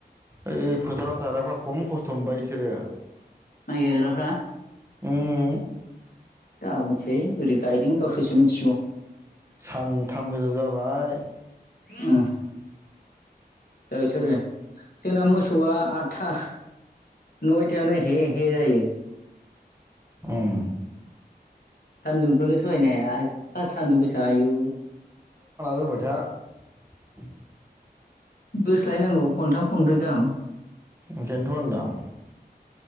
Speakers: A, on the right; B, on the left.
A: ओइ फोथाराव थाग्राफ्रा खम खस्थ' मोनबाय बिसोरो
B: माइ गायग्राफ्रा
A: उम
B: दा बुंसै बोरै गायदों गावसोरसो मिथिगौ
A: सानथाम गोजौ जाबाय
B: उम जाबायथ'रो जोंना मोसौआ आठथा नयथायावनो हे हे जायो
A: उम
B: सान्दुंखौल' सहायनो हाया एफा सान्दुं गोसा आयु
A: <unintelligible>
B: बोस्लायनांगौ खनथाम खनब्रै गाहाम
A: ओंखान्थ' होनदो आं